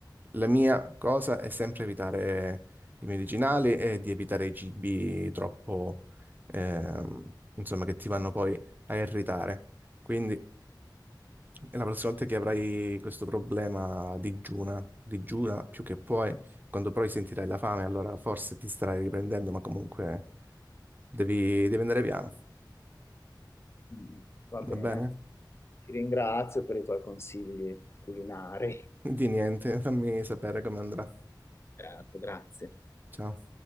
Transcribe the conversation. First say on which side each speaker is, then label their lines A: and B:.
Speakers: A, on the right; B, on the left.
A: La mia cosa è sempre evitare i medicinali e di evitare i cibi troppo, ehm, insomma, che ti vanno poi a irritare. Quindi e la prossima volta che avrai questo problema digiuna, digiuna più che puoi, quando poi sentirai la fame, allora forse ti starai riprendendo, ma comunque devi, devi andare piano,
B: mm, va
A: va
B: bene,
A: bene?
B: ti ringrazio per i tuoi consigli culinari.
A: Di niente, fammi sapere come andrà.
B: Certo, grazie.
A: Ciao.